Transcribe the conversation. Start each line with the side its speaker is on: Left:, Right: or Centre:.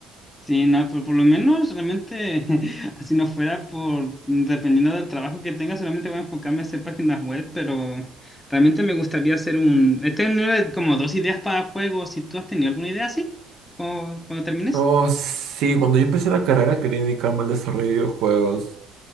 Left: Sí, no, por, por lo menos realmente, <laughs> así no fuera por, dependiendo del trabajo que tenga, solamente voy a enfocarme a hacer páginas web, pero realmente me gustaría hacer un... He tenido como dos ideas para juegos, si tú has tenido alguna idea así, o cuando termines.
Right: Oh, sí, cuando yo empecé la carrera quería dedicarme al desarrollo de videojuegos,